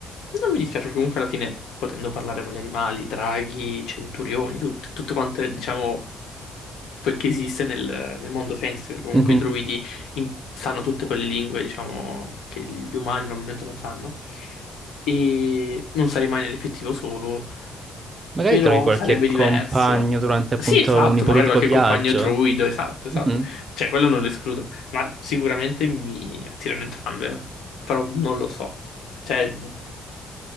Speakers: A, on the left; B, on the right.
A: Non mi dispiace perché comunque alla fine, potendo parlare con gli animali, draghi, centurioni, tut- tutto quanto è, diciamo, quel che esiste nel, nel mondo fantasy, perché comunque
B: Mhm.
A: i druidi in- sanno tutte quelle lingue, diciamo, che gli umani normalmente non sanno. E non sarei mai nell'effettivo solo,
B: Magari
A: però
B: trovi qualche
A: sarebbe
B: compagno
A: diverso.
B: durante appunto
A: Sì, esatto,
B: un ipotetico
A: magari qualche
B: viaggio.
A: compagno druido, esatto, esatto.
B: Mhm.
A: Cioè, quello non lo escludo, ma sicuramente mi attirano entrambe, però non lo so. Cioè,